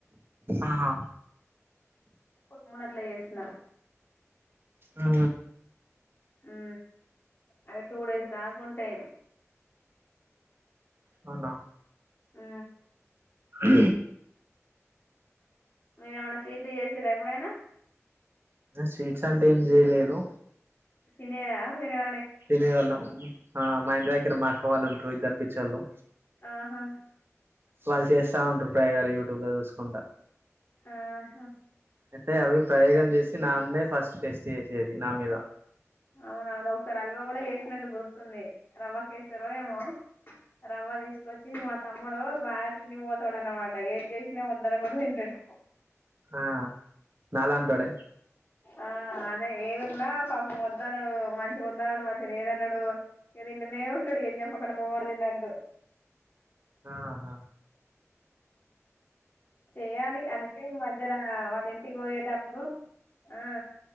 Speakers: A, on the right; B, on the left.
A: ఆహా!
B: మూనాట్ల ఏసిన
A: ఆ
B: ఉ అవి టూ డేస్ దాకా ఉంటాయి
A: అవునా
B: ఆ
A: ఆ
B: మీరేమైన్నా స్వీట్లు చేసార ఎప్పుడైనా
A: స్వీట్స్ అంటే ఏం చేయలేదు
B: శినేరా వివర
A: సినిినేవల ఆ మా ఇంటి దగ్డ మాక్క వాళ్ళు ఉంట్రారు ఇద్దరు పిచ్చర్లు
B: ఆహా
A: వాళ్ళు చేస్తా ఉంటారు ప్రయోగాలు యూట్యూబ్ లో చూసుకుంటా
B: ఆహా
A: అయితే అవి ప్రయోగం చేసి నాన్నే ఫస్ట్ టెస్ట్ చేసేది నా మీద
B: అవున అవును ఒకసారి అల్వా కూడా చేసినట్టు గుర్తుంది రవ్వ కేసారు ఏమో రవ్వ తీసుకొచ్చ మా తమ్ముడు బాగా తిండిపోతాడు అనమాట ఏది చేసినా వందరు కూడా తింటాడు
A: ఆ నాలాంటోడ
B: ఆ అదే ఏది ఉన్నా పాపం వద్దా అనడు మంచిగా ఉంద అన్నాడు మంచిగా లేదన్నాడు ఏ తింటనే ఉంటాడు ఎం చెప్పక్క ముగ్గరు తిన్న అంటటు
A: ఆహా
B: చేయాలి అందుకే ఈ మధ్యలో వాళ్ళ ఇంటికి పోయే డబ్బులు ఆ